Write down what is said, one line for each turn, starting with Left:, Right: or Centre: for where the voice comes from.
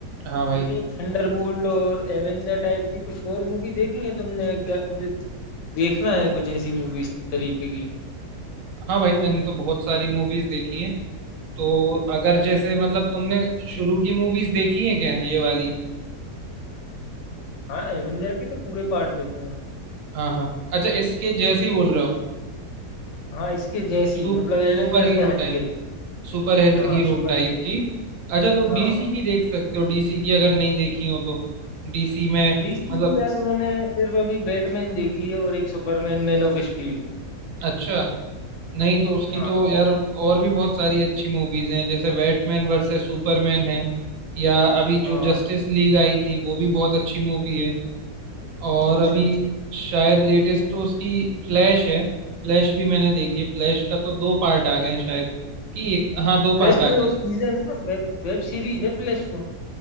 Right: हाँ भाई
Left: ये थंडरबोल्ट और एवेंजर टाइप की कुछ और मूवी देखी है तुमने क्या मुझे देखना है कुछ ऐसी मूवी इस तरीके की
Right: हाँ भाई मैंने तो बहुत सारी मूवीज देखी हैं तो अगर जैसे मतलब तुमने शुरू की मूवीज देखी है क्या ये वाली
Left: हाँ एवेंजर के तो पूरे पार्ट देखे हैं मैंने।
Right: हाँ हाँ अच्छा इसके जैसे ही बोल रहे हो
Left: हाँ इसके जैसी
Right: सुप,
Left: मतलब एवेंजर
Right: Super hero
Left: से हटके
Right: type super
Left: हाँ
Right: hero
Left: सुपर
Right: type
Left: हीरो
Right: की अच्छा तो
Left: हाँ
Right: डीसी
Left: हाँ
Right: की देख सकते हो डीसी की अगर नहीं देखी हो तो डीसी में
Left: डीसी
Right: मतलब
Left: की यार मैंने सिर्फ अभी बैटमैन देखी है और एक सुपरमैन मैन ऑफ स्टील
Right: अच्छा नहीं तो उसकी
Left: हाँ
Right: तो यार
Left: और-
Right: और भी बहुत सारी अच्छी मूवीज हैं जैसे बैटमैन वर्सेस सुपरमैन है या अभी
Left: हाँ
Right: जो जस्टिस लीग आई थी वो भी बहुत अच्छी मूवी है और
Left: अच्छा
Right: अभी शायद लेटेस्ट तो उसकी फ्लैश है फ्लैश भी मैंने देखी है फ्लैश का तो दो पार्ट आ गए हैं शायद कि एक हाँ दो
Left: फ्लैश
Right: पार्ट आ गए
Left: तो
Right: हैं।
Left: सीजन है वेब वेब सीरीज है फ्लैश तो